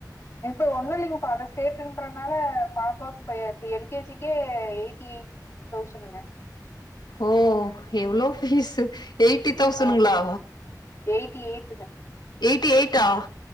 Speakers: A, on the left; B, on the left.
A: இப்ப ஒண்ணு இல்லைங்கப்பா அது சேட்டுன்றதுனால பாப்பாவுக்கு பாப்பாக்கே இப்ப எல் கே ஜி க்கே எயிட்டி எயிட் தௌசண்ணுங்க
B: ஓ எவ்ளோ பீஸ் எயிட்டி தௌசணுங்களா
A: ஆமா எயிட்டி எய்ட்டுங்க
B: எயிட்டி எயிட்டா